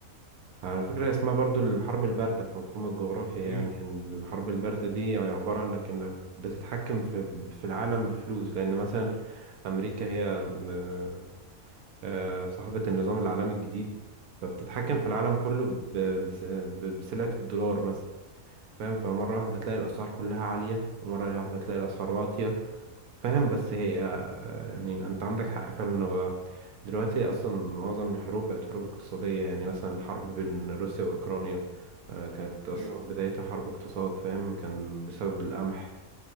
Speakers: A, on the right; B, on the left.
A: على فكرة اسمها برضو الحرب الباردة في مفهوم الجغرافيا يعني
B: امم
A: إن الحرب الباردة دي عبارة عنك انك بتتحكم في في العالم بفلوس لأن مثلا أمريكا هي م- آه، صاحبة النظام العالمي الجديد فبتتحكم
B: امم
A: في العالم كله ب- بس- ب- بسلعة الدولار مثلا فاهم فمرة واحدة تلاقي الأسعار كلها عالية ومرة واحدة تلاقي الأسعار واطية فاهم بس هي آه، يعني أنت عندك حق فعلا دلوقتي اصلا معظم الحروب بقت حروب اقتصاديه يعني مثلا حرب بين روسيا واوكرانيا آه، كانت اصلا
B: امم
A: بدايتها حرب اقتصاد فاهم كان بسبب القمح